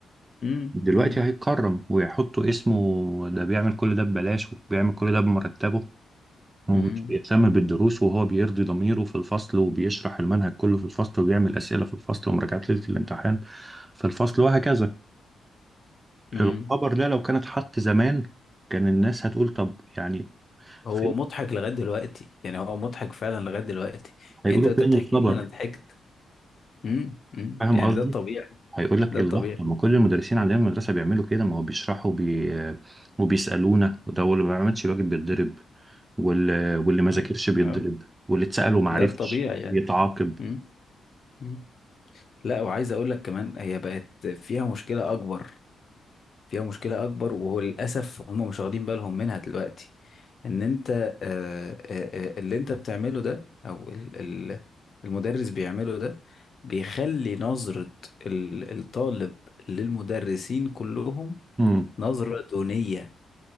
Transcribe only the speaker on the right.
دلوقتي
هيتكرم ويحطوا اسمه ده بيعمل كل ده ببلاش وبيعمل كل ده بمرتبه ومش
بيهتم بالدروس وهو بيرضي ضميره في الفصل وبيشرح المنهج كله في الفصل وبيعمل أسئلة في الفصل ومراجعات ليلة الامتحان في الفصل وهكذا
الخبر ده لو كان اتحط زمان كان الناس هتقول طب يعني
فين
هيقولوا
فين
الخبر
فاهم
قصدي
هيقول لك
الله
طب ما كل المدرسين عندنا في المدرسه بيعملوا كده ما هو بيشرحوا وبي... وبيسالونا وده اللي ما بيعملش الواجب بيتضرب واللي واللي ما ذاكرش
بيتضرب
واللي اتسال وما عرفش
يتعاقب
امم